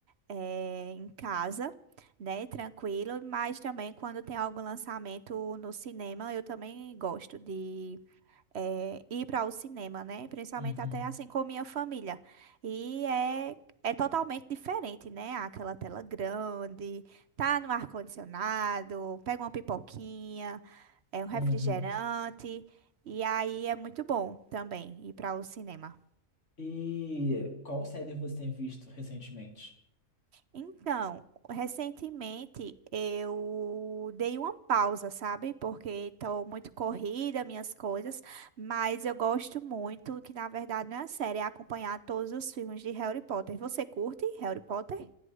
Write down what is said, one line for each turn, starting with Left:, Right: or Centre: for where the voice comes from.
Right: eh, em casa, né? Tranquilo, mas também quando tem algum lançamento no cinema, eu também gosto de eh, ir para o cinema, né? Principalmente
Left: Uhum,
Right: até assim com minha família. E é, é totalmente diferente, né? Aquela tela grande, tá no ar-condicionado, pega uma pipoquinha, é um refrigerante,
Left: uhum.
Right: e aí é muito bom também ir para o cinema.
Left: E qual série você tem visto recentemente?
Right: Então, recentemente eu dei uma pausa, sabe? Porque estou muito corrida, minhas coisas, mas eu gosto muito, que na verdade não é a série, é acompanhar todos os filmes de Harry Potter. Você curte Harry Potter?